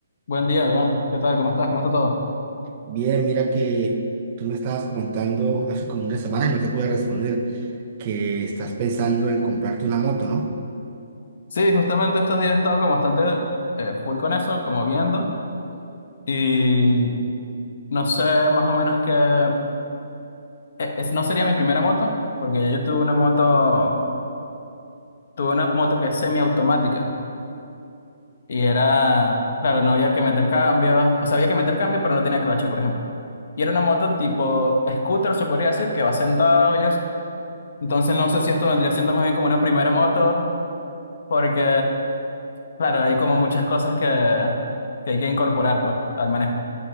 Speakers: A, on the left; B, on the right.
A: Buen día, Duan. ¿Qué tal? ¿Cómo estás? ¿Cómo está todo?
B: Bien, mira que tú me estabas comentando hace como una semana y no te pude responder que estás pensando en comprarte una moto, ¿no?
A: Sí, justamente estos días he estado como bastante eh, full con eso, como viendo. Y no sé más o menos que... eh, es- no sería mi primera moto, porque ya yo tuve una moto, tuve una moto que es semiautomática. Y era, claro, no había que meter cambios. O sea, había que meter cambios, pero no tenía croche, por ejemplo. Y era una moto tipo scooter, se podría decir, que va sentado y eso. Entonces no sé si esto vendría siendo más bien como una primera moto. Porque, claro, hay como muchas cosas que, que hay que incorporar, pues, al manejo.